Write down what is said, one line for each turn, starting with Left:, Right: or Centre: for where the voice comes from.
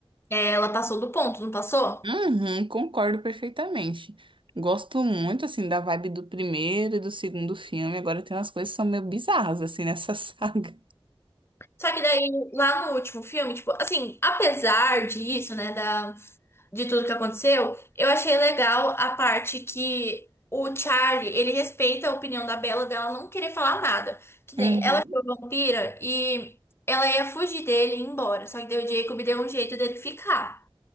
Left: É, ela passou do ponto, não passou?
Right: Uhum, concordo perfeitamente. Gosto muito, assim, da vibe do primeiro e do segundo filme. Agora tem umas coisas que são meio bizarras, assim, nessa <laughs> saga.
Left: Só que daí, lá no último filme, tipo, assim, apesar disso, né, da, de tudo que aconteceu, eu achei legal a parte que o Charlie, ele respeita a opinião da Bella dela não querer falar nada. Que nem,
Right: Uhum,
Left: ela ficou vampira e ela ia fugir dele e ir embora. Só que daí o Jacob deu um jeito dele ficar.